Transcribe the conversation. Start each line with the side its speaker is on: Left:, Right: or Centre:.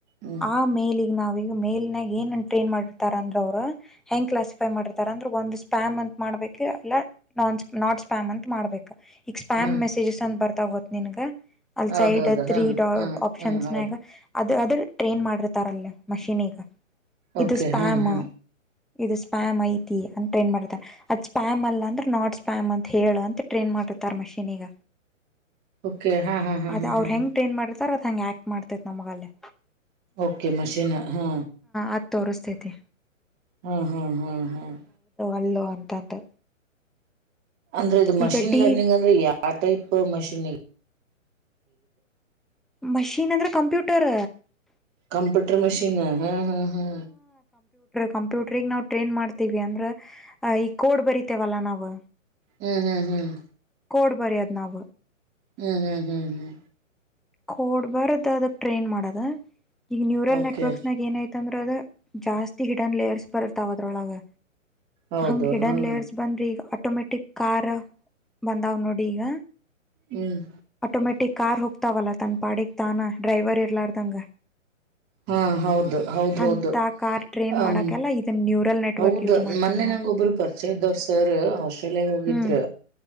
Right: ಹ್ಮ್
Centre: ಆ ಮೇಲಿಗ್ ನಾವೀಗ ಮೇಲ್ ನ್ಯಾಗ ಏನ್ ಟ್ರೈನ್ ಮಾಡಿರ್ತಾರ ಅಂದ್ರ ಅವ್ರು ಹೆಂಗ್ ಕ್ಲಾಸಿಫೈ ಮಾಡಿತಾರೆ ಅಂದ್ರೆ ಒಂದು ಸ್ಪ್ಯಾಮ್ ಅಂತ ಮಾಡ್ಬೇಕು ಇಲ್ಲ ನಾನ್ ಸ್ಪಾಮ್ ನಾಟ್ ಸ್ಪ್ಯಾಮ್ ಅಂತ ಮಾಡ್ಬೇಕ ಈಗ ಸ್ಪ್ಯಾಮ್
Right: ಹಾ
Centre: ಮೆಸೇಜಸ್ ಅಂತ ಬರ್ತಾ ಗತ್ ನಿನ್ಗ ಅಲ್ಸೈಡ್
Right: ಹೌದೌದು ಹಾ
Centre: ೀ
Right: ಹಾ
Centre: ಆಪ್ಷನ್ಸ್
Right: ಹಾ ಹೌದು
Centre: ಅದು ಅದ್ರ ಟ್ರೈನ್ ಮಾಡಿರ್ತಾರಲ್ಲೇ ಮಷೀನಿಗೆ
Right: ಓಕೆ
Centre: ಇದು ಸ್ಪ್ಯಾಮ
Right: ಹಾ ಹಾ
Centre: ಇದು ಸ್ಪ್ಯಾಮ್ ಐತಿ ಅಂತ ಏನ್ ಮಾಡ್ತಾರೆ ಅದ್ ಸ್ಪ್ಯಾಮ್ ಅಲ್ಲ ಅಂದ್ರೆ ನಾ ಪಪ್ಯಾಮ್ ಅಂತ ಹೇಳು ಅಂತ ಟ್ರೈನ್ ಮಾಡಿತ್ತರ್ ಮಷೀನ್ಿಗ
Right: ಓಕೆ ಹಾ ಹಾ ಹಾ
Centre: ಅದೇ
Right: ಹಾ
Centre: ಅವ್ರ
Right: ಹಾ
Centre: ಹೆಂಗ್
Right: ಹಾ
Centre: ಟ್ರೈನ್ ಮಾಡಿರ್ತಾರ ಅದ ಹೆಂಗ ಆಕ್ಟ್ ಮಾಡ್ತೇತ್ ನಮಗಲ್ಲೇ
Right: ಓಕೆ ಮಷೀನ್ ಹಾ
Centre: ಅದ್ ತೋರಿಸ್ತೈತಿ
Right: ಹ್ಮ್ ಹ್ಮ್ ಹ್ಮ್ ಹ್ಮ್
Centre: ಅಲ್ಲು ಅಂತಂದು
Right: ಅಂದ್ರೆ ಇದು ಮಷಿನ್
Centre: ಈಗ ಡಿ
Right: ಲರ್ನಿಂಗ್ ಅಂದ್ರೆ ಯಾವ ಆಟೈಪ್ ಮಷೀನ್ಗ
Centre: ಮಷೀನ್ ಅಂದ್ರೆ ಕಂಪ್ಯೂಟರ್
Right: ಕಂಪ್ಯೂಟರ್ ಮಷೀನ್ ಹಾ ಹಾ ಹಾ
Centre: ಕಂಪ್ಯೂಟರಿ ನಾವ್ ಟ್ರೈನ್ ಮಾಡ್ತೀವಿ ಅಂದ್ರ ಈ ಕೋಡ್ ಬರಿತೇವಲ್ಲಾ ನಾವು
Right: ಹ್ಮ್ ಹ್ಮ್ ಹ್ಮ್
Centre: ಕೋಡ್ ಬರತ್ ನಾವ
Right: ಹ್ಮ್ ಹ್ಮ್ ಹ್ಮ್ ಹ್ಮ
Centre: ಕೋಡ್ ಬಾರದ ಅದಕ್ ಟ್ರೆಂಡ್ ಮಾಡದ ಈಗ ನ್ಯೂರಲ್
Right: ಓಕೆ
Centre: ನೆಟ್ವರ್ಕ್ಸ್ ನಾಗ ಏನಐತಂದ್ರ ಜಾಸ್ತಿ ಹಿಡನ್ ಲೇರ್ಸ್ ಬರ್ತಾವ ಅದ್ರೊಳಗ
Right: ಹೌದು
Centre: ಹಂಗ್ ಹಿಡನ್
Right: ಹ್ಮ್
Centre: ಲೇಯರ್ಸ್ ಬಂದ್ರಿ ಈಗ ಆಟೋಮ್ಯಾಟಿಕ್ ಕಾರ್ ಬಂದಾವ್ ನೋಡಿ ಈಗ
Right: ಹ್ಮ್
Centre: ಆಟೋಮೆಟಿಕ್ ಕಾರ್ ಹೋಗ್ತಾವಲ್ಲ ತನ್ ಪಾಡಿಗೆ ತಾನ ಡ್ರೈವರ್ ಇರ್ಲಾರ್ದಂಗ
Right: ಹಾ ಹೌದು ಹೌದ
Centre: ಅಂತ
Right: ಹೌದು
Centre: ಕಾರ್ ಟ್ರೈನ್
Right: ಹ
Centre: ಮಾಡಕೆಲ್ಲ ಇದನ್ ನ್ಯೂರಲ್ ನೆಟ್ವರ್ಕ್
Right: ಹೌದು
Centre: ಯೂಸ್ ಮಾಡ್ತೇವ್
Right: ಮೊನ್ನೆ
Centre: ನಾವು
Right: ನಂಗ ಒಬ್ರು ಪರಿಚಯ ಇದ್ದವರು ಸರ್ ಔಶಲ್ಯಾಗ ಹೋಗಿದ್ರ
Centre: ಹ್ಮ್